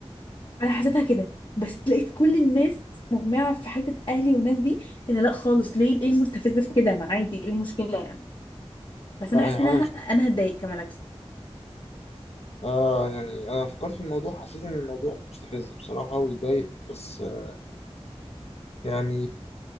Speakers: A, on the left; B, on the left.
A: انا حسيتها كده بس لقيت كل الناس مجمعه في حته اهلي والناس دي ان لا خالص ليه ايه المستفز في كده ما عادي ايه المشكله يعني بس انا
B: لا
A: حاسه
B: هي حاجة
A: انها
B: مست...
A: انا هتضايق كمان
B: آه يعني أنا فكرت في الموضوع حسيت إن الموضوع مستفز بصراحة ويضايق بس آه، يعني